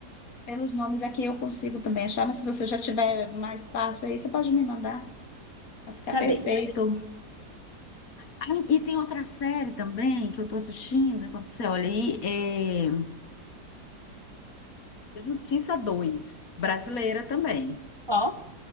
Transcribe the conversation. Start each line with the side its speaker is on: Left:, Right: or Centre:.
Left: pelos nomes aqui eu consigo também achar, mas se você já tiver mais fácil aí, você pode me mandar, vai ficar
Right: Tá
Left: perfeito.
Right: bem.
Left: Ah, e tem outra série também que eu estou assistindo, enquanto você olha aí, é Justiça dois, brasileira também.
Right: Ó,